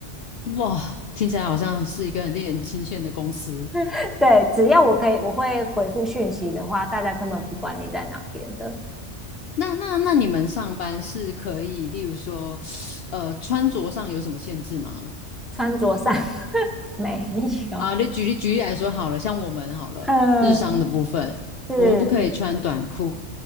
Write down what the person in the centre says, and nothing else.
<laughs> 对，只要我可以，我会回复讯息的话，大家根本不管你在哪边的。
穿着上 <laughs> 没有，
嗯，
是